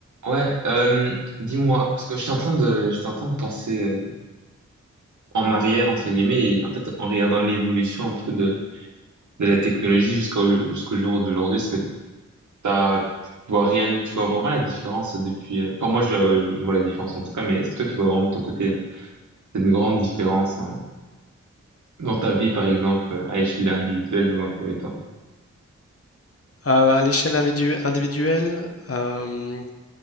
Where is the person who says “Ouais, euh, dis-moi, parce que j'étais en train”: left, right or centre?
Right